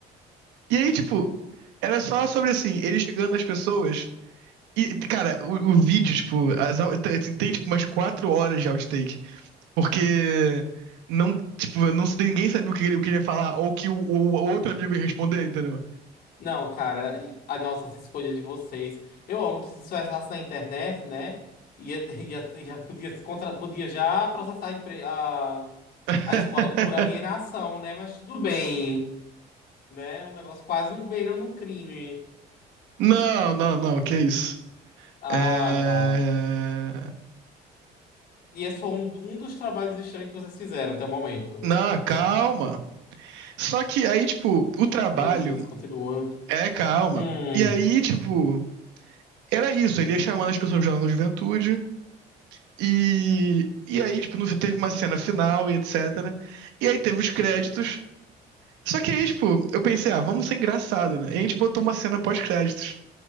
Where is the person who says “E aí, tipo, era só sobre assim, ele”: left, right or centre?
Right